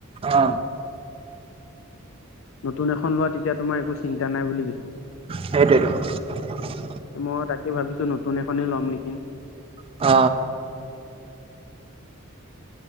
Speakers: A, on the right; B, on the left.
A: অ।
B: নতুন এখন লোৱা তেতিয়া তোমাৰ একো চিন্তা নাই বুলি কৈছে
A: সেইটোয়েতো। <unintelligible>
B: মই তাকে ভাবিছো নতুন এখনেই ল'ম নেকি
A: অ